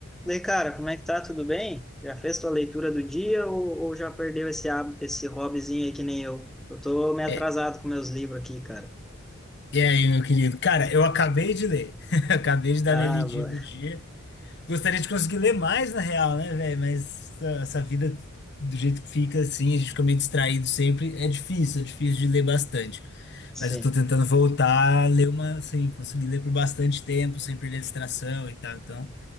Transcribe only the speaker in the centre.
E aí, cara, como é que tá? Tudo bem? Já fez tua leitura do dia ou, ou já perdeu esse, há- esse hobbyzinho aí que nem eu? Eu tô meio
atrasado com meus livros aqui, cara.
Ah,
boa.
Sim.